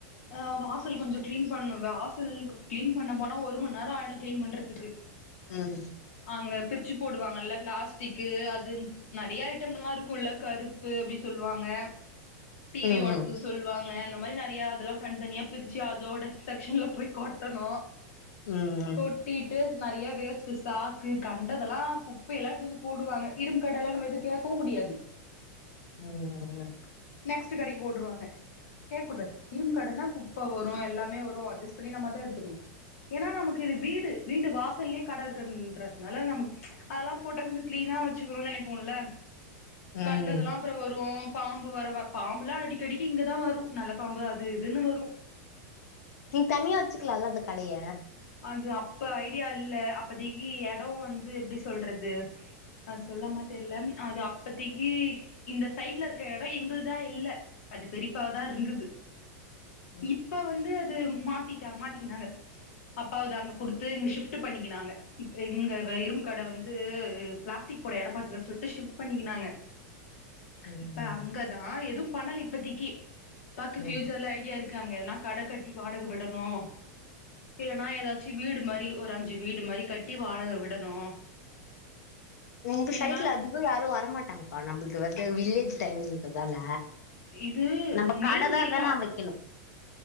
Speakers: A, on the left; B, on the left.
A: ஆ வாசல் கொஞ்ச கிளீன் பண்ணுங்க வாசலு கிளீன் பண்ண போனா ஒரு மண்நேர ஆயிடும் கிளீன் பண்றதுக்கு
B: ம்
A: அங்க பிரிச்சு போடுவாங்கல்ல பிளாஸ்டிக்கு அது நெறைய ஐட்டம் எல்லா இருக்கும்ல கருப்பு அப்டி சொல்லுவாங்க டிவி
B: ம்
A: உடப்பு சொல்வாங்க அந்த மாரி நெறைய அதெல்லாம் தனித்தனியா பிரிச்சு அதோட செக்ஷன்ல போய் கொட்டணு
B: ம்
A: கொட்டிட்டு நறைய வேஸ்ட் ஸ்டாக் கண்டதெல்லா குப்ப எல்லா எடுத்து வந்து போடுவாங்க இரும்பு கடைல நம்ம எதுவு கேக்கவு முடி யாது
B: ம் ம்
A: நெக்ஸ்ட் கடைக்கு ஓட்ருவாங்க கேக்கூடா இரும்பு கடனா குப்ப வரு எல்லாமே வரு அட்ஜஸ்ட் பண்ணி நம்மதா எடுத்துக்கணு ஏன்னா நமக்கு இது வீடு வீடு வாசல்லயே கட இருக்குன்றதுனால நமக்கு அதெல்லா போட்ட கொஞ்ச கிளீ னா வச்சுக்குறோ நெனைப்போல கண்டதுல்லா
B: ம்
A: அப்புற வரு பாம்பு வரவ வ பாம்புல்லா அடிக்கடிக்கு இங்கதா வரு நல்ல பாம்பு அது இதுன்னு வரு
B: நீங்க தனியா வச்சுக்கலால அந்த கடைய
A: அது அப்ப ஐடியா இல்ல அப்ப திகி எடோ வந்து எப்டி சொல்றது அ சொல்ல மாட் இல்லன் அது அப்பத்திக்கு இந்த சைட்ல இருக்க எடொ எங்கள்தா இல்ல அது பெரியப்பாவாதா இ ருந்தது
B: ம்
A: இப்ப வந்து அது மாத்திட்டா மாத்திக்கினாங்க அப்பாவுது அங்க கொடுத்து இங்க ஷிஃப்ட் பண்ணிக்கினாங்க இப் இங்க வ இரும் கட வந்து இ பிளாஸ்டிக் புட யரப்பாத்துல சுட்டு ஷிஃப்ட் பண்ணிக்கினாங்க
B: ம் ம்
A: இப்ப அங்கதா எதுவு பண்ணல இப்பத்திக்கு அப்பாக்கு ஃபியூச்சர்ல
B: ம்
A: ஐடியா இருக் க்காங்க எதனா கட கட்டி வாடக விடணு இல்லன்னா ஏதாச்சு வீடு மாரி ஒரு அஞ்சு வீடு மாரி கட்டி வாடக விடணு
B: உங்க சைட்ல
A: ஏன்னா
B: அதிக யாரு வரமாட்டாங்கப்பா நம்மளுக்கு வ வ வில்லேஜ் டைம்றதால
A: இது
B: நம்ம
A: மெயின்
B: கடதா
A: ஏரியா
B: வெரன்னா வைக்கணு